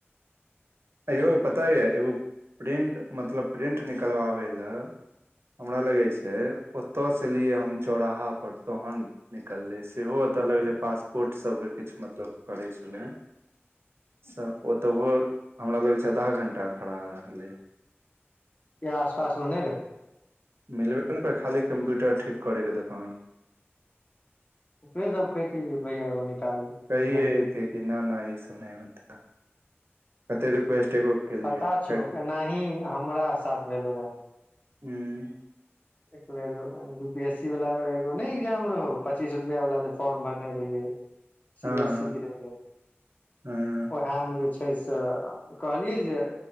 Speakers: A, on the right (about 65°); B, on the left (about 35°).
A: एयौ पता ये एगो प्रिंट मतलब प्रिंट निकलबाबे लए हमरा लगै छै ओतय से लिए हम चौराहा पर तहन निकलै सेहो ओतय लगलै पासपोर्ट सभके किछु मतलब करै छलै त ओतऽ हो हमरा लग छै आधा घण्टा खड़ा रहल हेबे
B: यहाँ आस पासमे नहि क
A: मिलबे ने करै खाली कम्प्यूटर ठीक करै रहै दोकान
B: ओकरे सब कति जे भैया एगो निकाल
A: कहिये
B: निकालि दियौ
A: कि नहि नहि ई सब नहि होत कते रिक्वेस्ट एगो केलियै
B: पता छै
A: फेर हूँ
B: एनाही हमरा साथ भेलो रहऽ
A: हूँ
B: एक बेेर यू पी एस सी वाला एगो ने एग्जाम रहो पच्चीस रुपया वाला जे फॉर्म भरने रहिये सी
A: हँ
B: एस इ गरे
A: हँ
B: ओहमे जे छै पैसा कहलियै जे